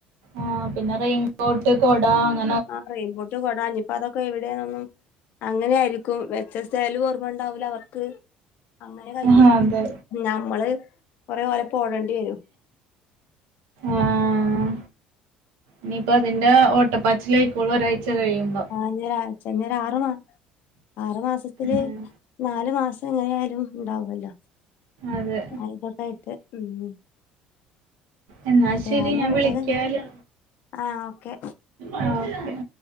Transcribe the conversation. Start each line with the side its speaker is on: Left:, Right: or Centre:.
Right: ആഹ് പിന്നെ റെയിൻകോട്ട് കൊട അങ്ങ
Left: ആഹ് റെയിൻ കോട്ട് കൊട ഇഞ്ഞ്പ്പോ അതൊക്കെ എവിടെന്നൊന്നും അങ്ങനെ ആയിരിക്കും വെച്ച സ്ഥലും ഓർമ്മ ഉണ്ടാവൂല അവർക്ക് അങ്ങനെ കഴിയും
Right: അഹ് അതെ
Left: നമ്മള് കൊറേ ഓലപ്പം ഓടേണ്ടി വരും
Right: <inaudible> ആഹ് ഇനിയിപ്പ അതിന്റെ ഓട്ടപ്പാച്ചിലെയ്ക്കോള്ളു ഒരാഴ്ച കഴിയുമ്പം.
Left: ആഹ് ഇഞ്ഞൊരാഴ്ച്ച ഇഞ്ഞൊരു ആറുമാ ആറുമാസത്തില്
Right: ആഹ്
Left: നാല് മാസം എങ്ങനെ ആയാലും ഉണ്ടാവൊല്ലോ
Right: അതെ
Left: ആ ഇതൊക്കെ ആയിട്ട് ഉം
Right: എന്നാ
Left: ഏതയാലും
Right: ശരി ഞാൻ
Left: അങ്ങനെ
Right: വിളിക്കാല്
Left: തന്നെ ആഹ് ഓക്കെ
Right: ആഹ് ഓക്കെ